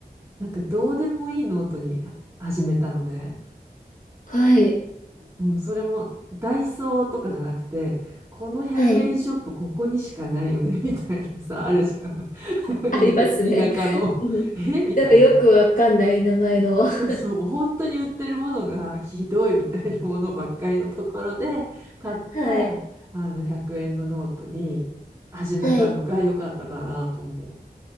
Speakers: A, on the right; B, on the left.
A: なんかどうでもいいノートに始めたのね。
B: はい。
A: うん、それもダイソーとかじゃなくて、この100円ショップここにしかないよね、
B: はい。
A: <laughs> みたいなさ、あるじゃん。
B: ありますね。
A: <laughs> 田、田舎の、
B: うん。
A: えみたいな。
B: なんかよくわかんない名前の。
A: そうそう、
B: <laughs>
A: もう本当に売ってるものがひどいみたいなものばっかりのところで買ったあの100円のノートに始めたのが良かったかなと思う。
B: はい。はい。